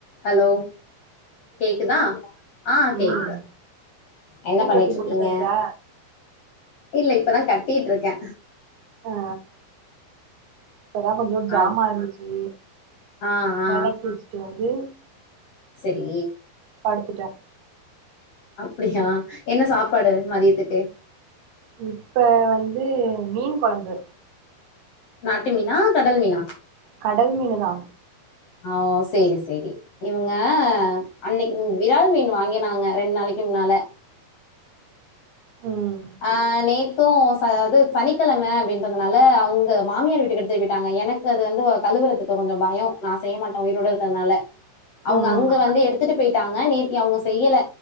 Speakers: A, on the left; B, on the right.
A: ஹலோ கேக்குதா ஆ கேக்குது
B: ம்
A: என்ன
B: பூ
A: பண்ணிட்டு
B: கட்டி
A: இருக்கீங்க
B: முடிச்சாச்சா
A: இல்ல இப்பதா கட்டிட்ருக்கே
B: ஆ இப்பதா கொஞ்சோ
A: ஆ
B: ஜாமான் இருந்துச்சு
A: ஆ ஆ
B: வெளக்கி வச்சுட்டு வந்து
A: செரி
B: படுத்துட்ட
A: அப்டியா என்ன சாப்பாடு மதியத்துக்கு
B: இப்ப வந்து மீன் கொழம்பு
A: நாட்டு மீனா கடல் மீனா
B: கடல் மீனு தா
A: ஆ செரி செரி இவுங்க அன்னைக்கு விரால் மீன் வாங்கினாங்க ரெண்ட் நாளைக்கு முன்னால
B: ம்
A: அ நேத்து ச அது சனிக்கிழம அப்டின்றதுனால அவுங்க மாமியார் வீட்டுக்கு எடுத் திருப்பிட்டாங்க எனக்கு அது வந்து கழுவுறதுக்கு கொஞ்சோ பயோ நா செய்ய மாட்ட உயிரோடு இருக்கறதுனால அவுங்க
B: ம்
A: அங்க வந்து எடுத்துட்டு போயிட்டாங்க நேத்தி அவுங்க செய்யல